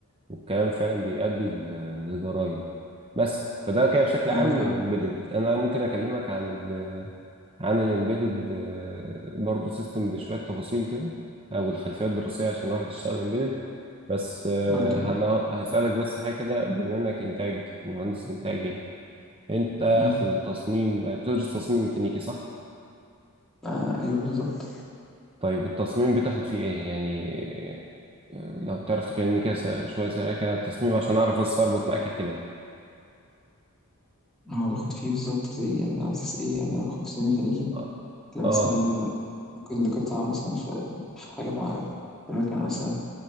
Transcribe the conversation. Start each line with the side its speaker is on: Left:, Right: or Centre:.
Right: والكلام فعلا بيؤدي ل- لجرائم بس فده كده بشكل عام
Centre: أيوه فعلًا.
Right: الامبيدد انا ممكن اكلمك عن ال عن الامبيدد برضه سيستم بشويه تفاصيل كده او الخلفيه الدراسيه عشان واحد يشتغل امبيدد بس آه،
Centre: قُل لي
Right: هن- هسالك بس حاجه كده بما انك انتاج مهندس انتاج يعني انت
Centre: إمم،
Right: في التصميم بتدرس تصميم ميكانيكي صح
Centre: آآ أيوه بالضبط.
Right: طيب التصميم بتاخد فيه ايه يعني آه، لو تعرف تكلمني كده س- شويه سريع كده التصميم عشان اعرف بس اربط معاك الكلام
Centre: ما هو باخُد فيه بالضبط زي يعني على أساس إيه، يعني أنا باخُد سيّ ميكانيكي
Right: اه
Centre: لمثلًا
Right: آه.
Centre: ممكن لقطعة مثلًا في في حاجة معيّنة، في ماكينة مثلًا،